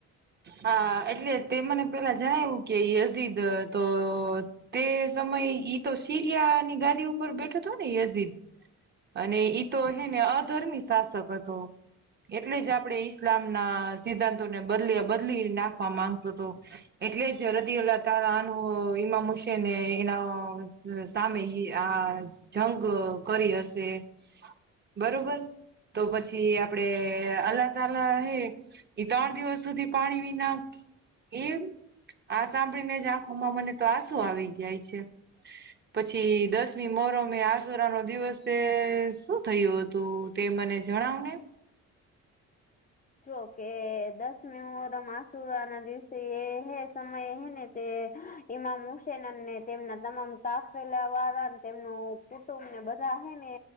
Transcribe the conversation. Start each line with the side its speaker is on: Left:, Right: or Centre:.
Right: હા એટલે તે મને પેલા જણાવ્યું કે યઝીદ તો તે સમય ઈ તો સીરિયાની ગાદી ઉપર બેઠો હતો ને યઝીર! અને ઈ તો હેને અધર્મી શાસક હતો એટલે જ આપડે. ઇસ્લામ ના સિદ્ધાંતો ને બદલ બદલી નાખવા માંગતો હતો. એટલે જ હૃદ અલા તારાનું એમાં મુશે ને એના. સામે આ જંગ કરી હશે. બરોબર તો પછી આપડે અલા તાલા હે ઈ ત્રણ દિવસ સુધી પાણી વિના એ આ સાંભળી ને જ આંખોમાં મને તો આસુ આવી ગાય છે. પછી દસમી મોરમે આસુરા નો દિવસ શું થયું હતું? તે મને જણાવને!
Left: હ જોકે દસમી મોરમ આસુર ના દિવસે એ હે સમય હે ને તે. ઈમામ હુસેન અનેને તેમના તમામ કાફેલા વાળા તેમનું કુટુંબ ને બધા હ ને.